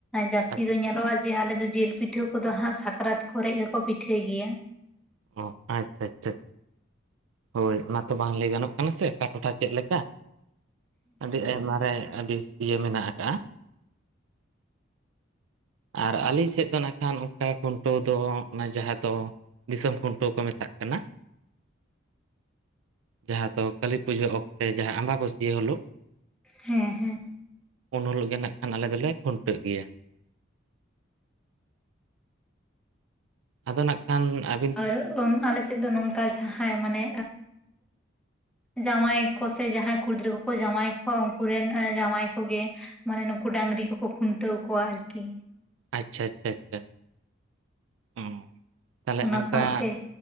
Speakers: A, in the centre; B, on the right.
A: ᱡᱟᱹᱥᱛᱤ
B: ᱟᱪᱪᱷᱟ
A: ᱫᱚ ᱧᱮᱞᱚᱜᱼᱟ, ᱡᱮ ᱟᱞᱮ ᱫᱚ ᱡᱤᱞ ᱯᱤᱴᱷᱟᱹ ᱠᱚᱫᱚ ᱥᱟᱠᱨᱟᱛ ᱠᱚᱨᱮ ᱜᱮ ᱠᱚ ᱯᱤᱴᱷᱟᱹᱭ ᱜᱮᱭᱟ᱾
B: ᱚ ᱟᱪᱪᱷᱟ ᱟᱪᱪᱷᱷᱟ, ᱦᱳᱭ, ᱚᱱᱟ ᱛᱚ ᱵᱟᱝ ᱞᱟᱹᱭ ᱜᱟᱱᱚᱜ ᱠᱟᱱᱟ ᱥᱮ ᱚᱠᱟ ᱴᱚᱴᱷᱟ ᱪᱮᱫ ᱞᱮᱠᱟ? ᱟᱹᱰᱤ ᱟᱭᱢᱟ ᱨᱮ ᱟᱹᱰᱤ ᱤᱭᱟᱹ ᱢᱮᱱᱟᱜ ᱟᱠᱟᱫᱟ᱾ ᱟᱨ ᱟᱹᱞᱮ ᱥᱮᱫ ᱫᱚ ᱱᱟᱜ ᱠᱷᱟᱱ ᱚᱱᱠᱟ ᱠᱷᱩᱱᱴᱟᱹᱣ ᱫᱚ, ᱚᱱᱟ ᱡᱟᱦᱟᱸ ᱫᱚ, ᱫᱤᱥᱚᱢ ᱠᱷᱩᱱᱴᱟᱹᱣ ᱠᱚ ᱢᱮᱛᱟᱜ ᱠᱟᱱᱟ, ᱡᱟᱦᱟᱸ ᱫᱚ ᱠᱟᱹᱞᱤ ᱯᱩᱡᱟᱹ ᱚᱠᱛᱮ ᱡᱟᱦᱟᱸ ᱟᱸᱵᱟᱹᱵᱟᱹᱥᱭᱟᱹ ᱦᱤᱞᱳᱜ,
A: ᱦᱮᱸ ᱦᱮᱸ,
B: ᱩᱱ ᱦᱳᱞᱳᱜ ᱜᱮ ᱱᱟᱜ ᱠᱷᱟᱱ ᱟᱞᱮ ᱫᱚᱞᱮ ᱠᱷᱩᱱᱴᱟᱹᱜ ᱜᱮᱭᱟ᱾ ᱟᱫᱚ ᱱᱟᱝᱠᱷᱟᱱ ᱟᱨ,
A: ᱟᱨ <inaudible> ᱟᱞᱮ ᱥᱮᱫ ᱫᱚ ᱱᱚᱝᱠᱟ ᱡᱟᱦᱟᱸᱭ ᱢᱟᱱᱮ ᱡᱟᱶᱟᱭ ᱠᱚ ᱥᱮ ᱡᱟᱦᱟᱸᱭ ᱠᱚ ᱥᱮ ᱡᱟᱦᱟᱸ ᱠᱚ, ᱠᱩᱲᱤᱜᱤᱫᱽᱨᱟᱹ ᱠᱚ ᱠᱚ ᱡᱟᱶᱟᱭ ᱮᱜ ᱠᱚᱣᱟ ᱩᱝ ᱠᱩᱨᱮᱱ ᱡᱟᱶᱟᱭ ᱠᱚᱜᱮ ᱢᱟᱱᱮ ᱱᱩᱠᱩ ᱰᱟᱹᱝᱨᱤ ᱠᱚᱠᱚ ᱠᱷᱩᱱᱴᱟᱹᱣ ᱠᱚᱣᱟ ᱟᱨᱠᱤ,
B: ᱟᱪᱪᱷᱟ ᱟᱪᱪᱷᱟ ᱟᱪᱪᱷᱟ ᱚ ᱛᱟᱦᱚᱞᱮ
A: ᱚᱱᱟ
B: ᱚᱱᱠᱟ
A: ᱥᱟᱶᱛᱮ